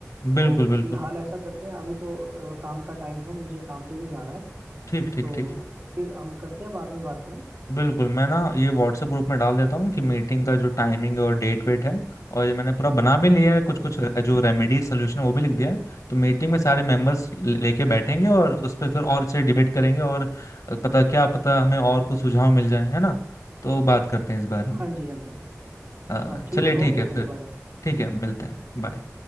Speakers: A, on the right (about 55°); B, on the left (about 80°).
A: तो
B: बिल्कुल बिल्कुल
A: फिलहाल ऐसा करते हैं अभी तो अ, काम का टाइम है मुझे काम पे भी जाना है
B: ठीक ठीक
A: तो
B: ठीक
A: फिर हम करते हैं बाद में बात है ना
B: बिल्कुल मैं ना ये व्हाट्सएप ग्रुप में डाल देता हूँ कि मीटिंग का जो टाइमिंग और डेट वेट है और ये मैंने पूरा बना भी लिया है कुछ
A: हाँ जी
B: कुछ जो रेमेडी सोल्यूशन है वो भी लिख दिया है तो मीटिंग में सारे मेंबर्स लेके बैठेंगे और उस पर फिर और से डिबेट करेंगे और पता क्या पता हमें और कुछ सुझाव मिल जाए है ना तो बात करते हैं इस बारे में
A: हाँ जी हाँ जी
B: अ,
A: हाँ ठीक
B: चलिए
A: है
B: ठीक
A: ओके
B: है
A: भाई
B: फिर
A: बाय
B: ठीक है मिलते हैं बाय